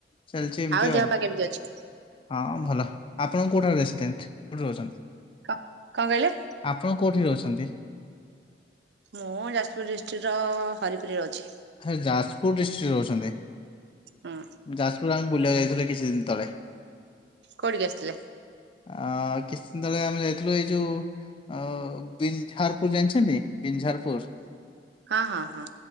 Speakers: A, on the left; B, on the right.
A: ଚାଲିଛି ଏମିତି
B: ଦେହ
A: ଆଉ।
B: ପା କେମିତି ଅଛି?
A: ହଁ। ଭଲ ଆପଣ କୋଉଠାରୁ ରେସିଡେଣ୍ଟ କୋଉଠି ରହୁଛନ୍ତି।
B: କ କଣ କହିଲେ।
A: ଆପଣ କୋଉଠି ରହୁଛନ୍ତି।
B: ମୁଁ ଯାଜପୁର ଡିଷ୍ଟ୍ରିକ୍ଟର ହରି ପୁରରେ ଅଛି।
A: ସେ ଯାଜପୁର ଡିଷ୍ଟ୍ରିକ୍ଟରେ ରହୁଛନ୍ତି।
B: ହୁଁ
A: ଯାଜପୁର ଆମେ ବୁଲିବାକୁ ଯାଇଥିଲୁ କିଛି ଦିନ ତଳେ।
B: କୋଠିକି ଆସିଥିଲେ
A: ଆ କିଛି ଦିନ ତଳେ ଆମେ ଯାଇଥିଲୁ ଏଇ ଯୋଉ ଆ ବିଞ୍ଝାରପୁର ଜାଣିଛନ୍ତିନ ବିଞ୍ଝାରପୁର
B: ହଁ ହଁ ହଁ